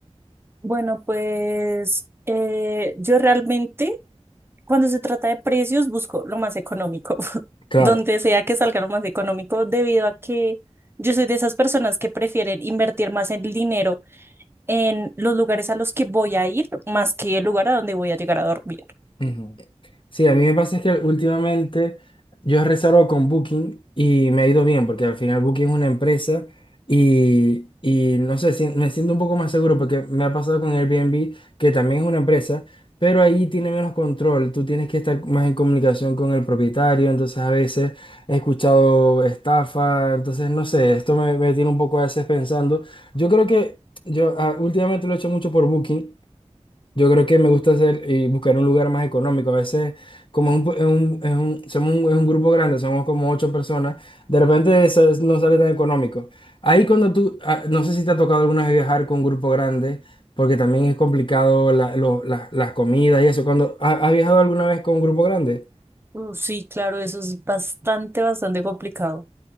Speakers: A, on the right (about 20°); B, on the left (about 45°).
A: Bueno, pues eh, yo realmente cuando se trata de precios busco lo más económico, <laughs>
B: Claro.
A: donde sea que salga lo más económico, debido a que yo soy de esas personas que prefieren invertir más el dinero en los lugares a los que voy a ir más que el lugar a donde voy a llegar a dormir.
B: Ujú. Sí, a mí me pasa es que últimamente yo he reservado con Booking y me ha ido bien, porque al final Booking es una empresa y, y no sé, si- me siento un poco más seguro porque me ha pasado con Airbnb, que también es una empresa, pero ahí tiene menos control, tú tienes que estar más en comunicación con el propietario, entonces a veces he escuchado estafa, entonces no sé, esto me, me tiene un poco a veces pensando. Yo creo que yo ah, últimamente lo he hecho mucho por Booking. Yo creo que me gusta hacer y buscar un lugar más económico. A veces, como es un, pu- es un- es un- somos un, es un grupo grande, somos como ocho personas, de repente eso es- no sale tan económico. Ahí cuando tú, ah, no sé si te ha tocado alguna vez viajar con un grupo grande, porque también es complicado la- lo- la- las comidas y eso. Cuando, ¿ha- ¿has viajado alguna vez con un grupo grande?
A: Uh, sí, claro, eso es bastante, bastante complicado.